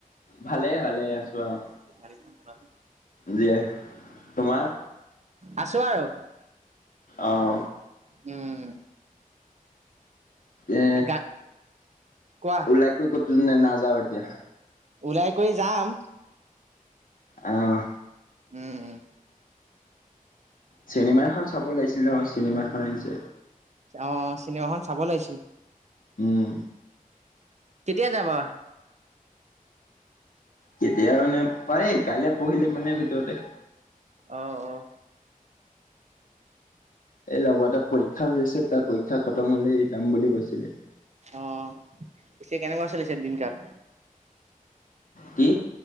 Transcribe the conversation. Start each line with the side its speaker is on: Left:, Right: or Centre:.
Left: ভালে ভালে আছো আৰু।
Right: গ কৰা
Left: দি তোমাৰ
Right: আছো আৰু
Left: আহ
Right: উম
Left: এ
Right: গা কোৱা
Left: ওলাই কৈ ক'তো নাযাও এতিয়া
Right: ওলাই কৰি যাম।
Left: আহ।
Right: উম উম
Left: চিনেমা এখন চাব লাগিছিল নহয় চিনেমা এখন আহিছে।
Right: অ চিনেমাখন চাব লাগিছিল।
Left: উম।
Right: কেতিয়া যাবা?
Left: কেতিয়া মানে পাৰ কাইলৈ পঢ়িলে মানে ভিতৰতে
Right: আহ আহ।
Left: এই লগৰ এটা পৰীক্ষা হৈ আছে, তাৰ পৰীক্ষা খতম হলে যাম বুলি কৈছিলে।
Right: অ পিছে কেনেকুৱা চলিছে দিন কাল।
Left: কি,